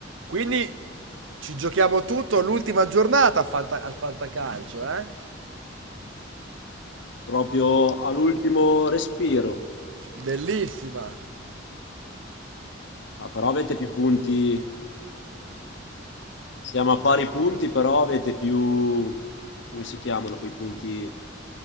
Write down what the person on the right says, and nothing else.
Quindi ci giochiamo tutto l'ultima giornata a Fanta- al Fantacalcio, eh?
Bellissima.